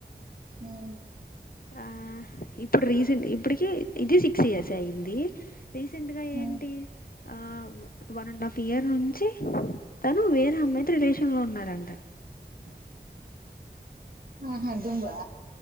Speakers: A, on the right; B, on the left.
A: మ్మ్
B: ఆ ఇప్పుడు రీసెంట్ ఇప్పుటికి ఇది సిక్స్ ఇయర్స్ అయింది. ఉంది రీసెంట్ గా
A: ఉమ్
B: ఏంటి ఆ వన్ అండ్ హాఫ్ ఇయర్ ను మ్మ్చి తను వేరే అమ్మాయితో రిలేషన్ లో ఉన్నారు రంట
A: అ మ్మ్ హు దిబ్బ